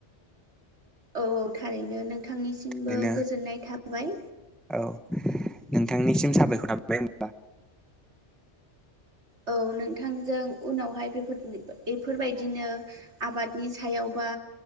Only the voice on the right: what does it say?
औ औ थारैनो नोंथांनिसिमबो
गोजोननाय थाबाय।
औ नोंथांजों उनावहाय बेफोर बेफोरबायदिनो आबादनि सायाव बा